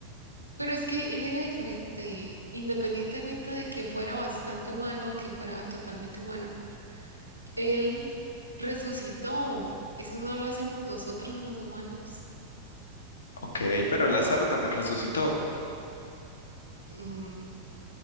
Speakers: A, on the right; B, on the left.
A: Pero es que él era diferente, independientemente de que fuera bastante humano, que fuera totalmente humano. Él resucitó. Eso no lo hacemos nosotros los humanos.
B: Ok, pero Lázaro también resucitó
A: Mm,